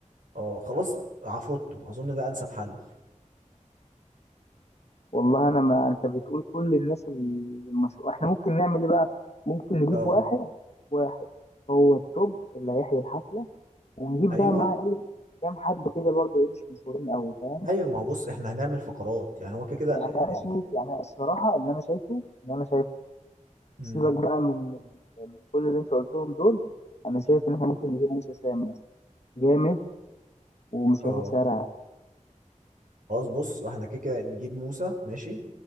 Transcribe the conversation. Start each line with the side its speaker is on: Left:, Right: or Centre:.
Right: اه خلاص عفروتو اظن ده انسب حل
Left: والله انا ما انت بتقول كل الناس المشهور احنا ممكن نعمل ايه بقى ممكن نجيب
Right: اه
Left: واحد واحد هو التوب اللي هيحيي الحفله ونجيب
Right: ايوه
Left: بقى معاه ايه كام حد كده برضه ايه مش مشهورين قوي فاهم
Right: ايوه ما هو بص احنا هنعمل فقرات يعني هو كده كده
Left: يعني انا
Right: ال...
Left: شايف يعني الصراحه اللي انا شايفه اللي انا شايفه
Right: مم.
Left: سيبك بقى من من كل اللي انت قلتهم دول انا شايف ان احنا ممكن نجيب موسى سام مثلا جامد ومش
Right: اه
Left: هياخد سعر عالي
Right: خلاص بص واحنا كده كده نجيب موسى ماشي